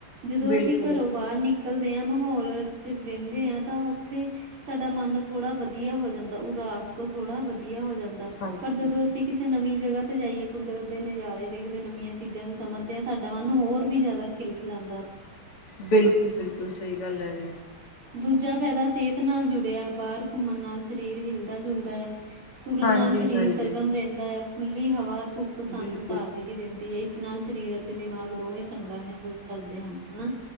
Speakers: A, on the right; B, on the left.
A: ਜਦੋਂ
B: ਬਿਲਕੁਲ
A: ਅਸੀਂ ਘਰੋਂ ਬਾਹਰ ਨਿਕਲ ਨਿਕਲਦੇ ਆ ਮਾਹੌਲ ਚ ਵਹਿੰਦੇ ਆ ਤਾਂ ਉੱਥੇ ਸਾਡਾ ਮਨ ਥੋੜਾ ਵਧੀਆ ਹੋ ਜਾਂਦਾ ਉਦਾਸ ਤੋਂ ਥੋੜ੍ਹਾ ਵਧੀਆ ਹੋ ਜਾਂਦਾ,
B: ਹਾਂਜੀ
A: ਪਰ ਜਦੋਂ ਅਸੀਂ ਕਿਸੇ ਨਵੀਂ ਜਗ੍ਹਾ ਤੇ ਜਾਈਏ ਕੁਦਰਤ ਦੇ ਨਜ਼ਾਰੇ ਦੇਖਦੇ ਨਵੀਆਂ ਚੀਜ਼ਾਂ ਨੂੰ ਸਮਝਦੇ ਹਾਂ ਸਾਡਾ ਮਨ ਹੋਰ ਵੀ ਜ਼ਿਆਦਾ ਖਿਲ ਲ ਜਾਦਾ।
B: ਬਿਲਕੁਲ-ਬਿਲਕੁਲ ਸਹੀ ਗੱਲ ਹੈ ਜੀ।
A: ਦੂਜਾ ਫਾਇਦਾ ਸਿਹਤ ਨਾਲ ਜੁੜਿਆ ਬਾਹਰ ਘੁੰਮਣ ਨਾਲ ਸਰੀਰ ਹਿਲਦਾ ਜੁਲਦਾ ਆ ਤੁਰਨ
B: ਹਾਂਜੀ-ਹਾਂਜੀ,
A: ਨਾਲ ਸਰੀਰ ਸਰਗਮ ਰਹਿੰਦਾ ਐ, ਖੁੱਲੀ ਹਵਾ, ਧੁੱਪ ਸਾਨੂੰ
B: ਬਿਲਕੁਲ
A: ਤਾਜ਼ਗੀ ਦਿੰਦੀ ਏ ਨਾਲ ਸਰੀਰ ਅਤੇ ਦਿਮਾਗ ਦੋਵੇਂ ਚੰਗਾ ਮਹਿਸੂਸ ਕਰਦੇ ਹਨ ਹੈਨ।